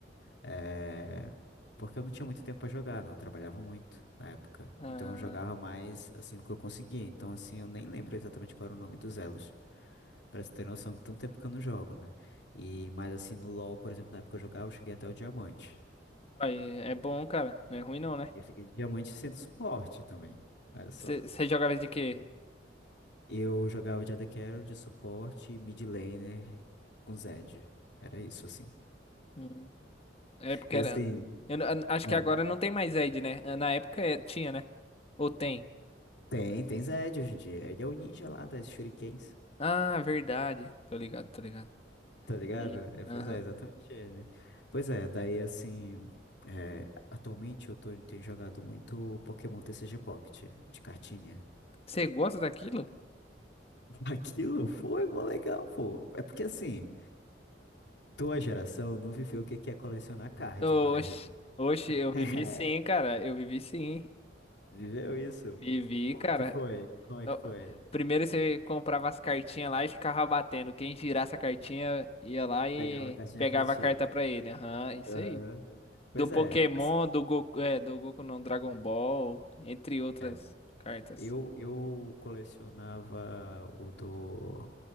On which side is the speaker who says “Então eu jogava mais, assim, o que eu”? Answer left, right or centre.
Left